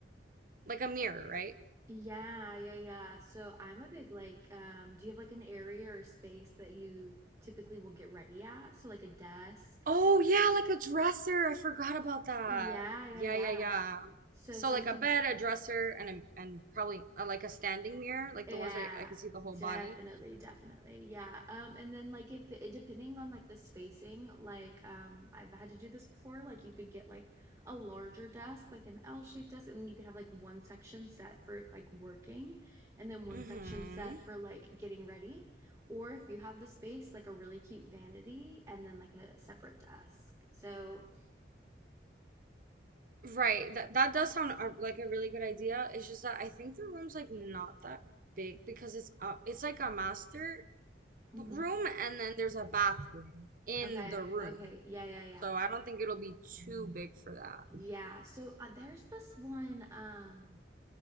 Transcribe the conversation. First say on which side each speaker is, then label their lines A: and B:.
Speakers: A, on the right; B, on the right.
A: like a mirror right
B: Yeah, yeah, yeah. So I'm a big like, um, do you have like an area or space that you typically will get ready at? So like a desk.
A: Oh yeah, like a dresser. I forgot about that.
B: Yeah, yeah,
A: Yeah,
B: yeah.
A: yeah, yeah.
B: So
A: So
B: something
A: like a bed, a dresser, and a, and probably uh like a standing mirror, like
B: Yeah,
A: the ones that I can see the whole body.
B: definitely, definitely. Yeah. Um, and then like if it depending on like the spacing, like um I've had to do this before, like you could get like a larger desk, like an L-shaped desk, and then you could have like one section set for like working and then one
A: hmm
B: section set for like getting ready. Or if you have the space, like a really cute vanity and then like a separate desk. So,
A: Right. That that does sound uh like a really good idea. It's just that I think the room's like not that big because it's uh it's like a master
B: mhm.
A: b- room and then there's a bathroom in
B: Okay,
A: the room.
B: okay. Yeah, yeah, yeah.
A: So I don't think it'll be too big for that.
B: Yeah. So uh, there's this one um